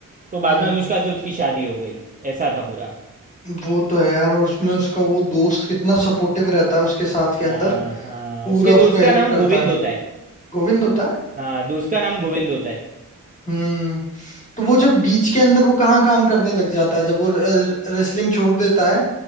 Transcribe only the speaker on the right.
तो बाद
में अनुष्का से उसकी शादी हो गई ऐसा था पूरा
हाँ
हाँ
उसके दोस्त
का नाम
गोविंद
होता है
हाँ दोस्त
का नाम गोविंद होता है